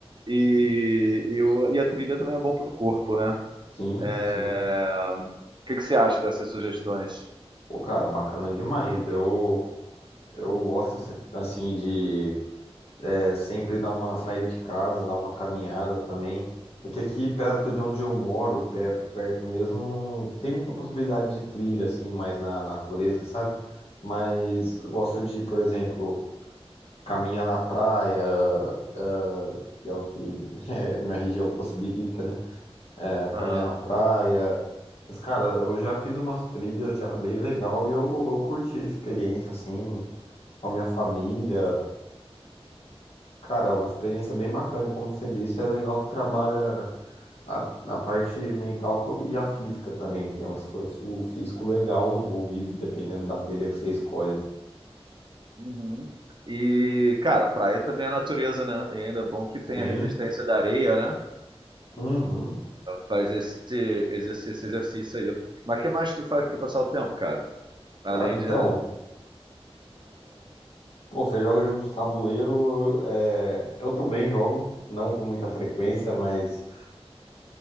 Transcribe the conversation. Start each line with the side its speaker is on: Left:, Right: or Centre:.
Right: E, e, o- e a trilha também é bom para o corpo, né?
Left: Sim, sim.
Right: É, O que que você acha dessas sugestões?
Left: Pô, cara, bacana demais. Eu Eu gosto, se- assim, de é, sempre dar uma saída de casa, dar uma caminhada também. É que aqui perto de onde eu moro, perto, perto mesmo, não tem muita possibilidade de trilha, assim, mais na natureza, sabe? Mas eu gosto de, por exemplo, caminhar na praia, ah, que é o que <laughs> é, minha região possibilita, né? É, caminhar
Right: Aham.
Left: na praia. Mas, cara, eu já fiz umas trilhas já bem legal e eu, eu curti a experiência, assim, com a minha família. Cara, é uma experiência bem bacana, e como você disse, é legal que trabalha a, a parte mental co- e a física também, que tem um esforço físico legal envolvido, dependendo da telha que você escolhe. né?
Right: Uhum. E, cara, praia também é natureza, né? E ainda é bom que
Left: Sim,
Right: tem a resistência da areia, né?
Left: uhum.
Right: Faz esse, exercício, esse exercício aí. Mas o que mais tu faz para passar o tempo, cara? Além
Left: Cara, então,
Right: de
Left: pô, você joga jogo de tabuleiro, eu, é, eu também jogo, não com muita frequência, mas,